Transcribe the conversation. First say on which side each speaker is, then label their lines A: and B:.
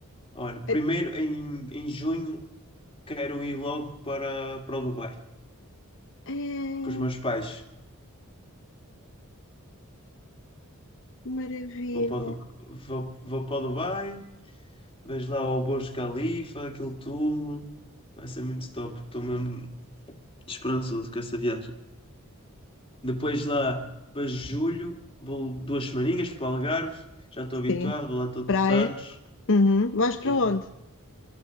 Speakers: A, on the left; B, on the left.
A: Olha,
B: É,
A: primeiro em, em junho quero ir logo para, para o Dubai.
B: é
A: com os meus pais.
B: maravilha!
A: Vou para o, Du- vou, vou para o Dubai, vejo lá o Burj Khalifa, aquilo tudo. Vai ser muito top. Estou mesmo esperançoso com essa viagem. Depois lá para julho, vou duas semaninhas para o Algarve. Já estou habituado,
B: Sim,
A: vou lá todos
B: praia.
A: os anos.
B: Uhum. Vais para
A: E
B: onde?